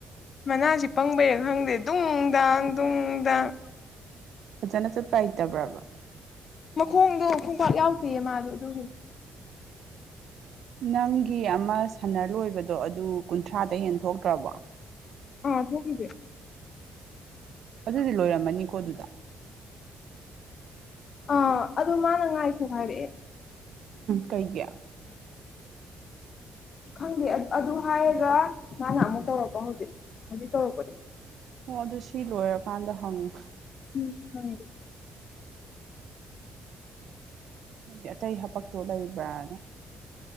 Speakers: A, on the left; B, on the right.
A: ꯃꯅꯥꯁꯤ ꯄꯪꯕꯩꯔ ꯈꯪꯗꯦ ꯅꯨꯡ ꯗꯡ ꯅꯨꯡ ꯗꯡ
B: ꯐꯖꯅ ꯆꯠꯄꯥꯏꯇꯕ꯭ꯔꯕ
A: ꯃꯈꯣꯡꯗꯣ ꯈꯣꯡꯄꯥꯛ ꯌꯥꯎꯗꯦꯌꯦ ꯃꯥꯗꯣ ꯑꯗꯨꯒꯤ
B: ꯅꯪꯒꯤ ꯑꯃ ꯁꯥꯟꯅꯔ ꯂꯣꯏꯕꯗꯣ ꯑꯗꯨ ꯀꯨꯟꯊ꯭ꯔꯥꯗ ꯍꯦꯟ ꯊꯣꯛꯣꯛꯇ꯭ꯔꯕꯣ
A: ꯑꯥ ꯊꯣꯡꯗꯦ
B: ꯑꯗꯨꯗꯤ ꯂꯣꯏꯔꯝꯃꯅꯤꯀꯣ ꯑꯗꯨꯗ
A: ꯑ ꯑꯗꯨꯗ ꯃꯥꯅꯉꯥꯏꯀꯨ ꯃꯥꯦ
B: ꯀꯩ ꯀ
A: ꯈꯪꯗꯦ ꯑꯗꯨ ꯍꯥꯏꯔꯒ ꯃꯥꯅ ꯑꯃꯨꯛ ꯇꯧꯔꯛꯄ ꯍꯧꯖꯤꯛ ꯍꯧꯖꯤꯛ ꯇꯧꯔꯛꯄꯗ
B: ꯑꯣ ꯑꯗꯨ ꯁꯤ ꯂꯣꯏꯔꯀꯥꯟꯗ ꯍꯪꯉꯨ
A: ꯎꯝ ꯐꯝ
B: ꯅꯪꯗꯤ ꯑꯇꯩ ꯍꯥꯄꯛꯇꯨ ꯂꯩꯕ꯭ꯔꯥꯅ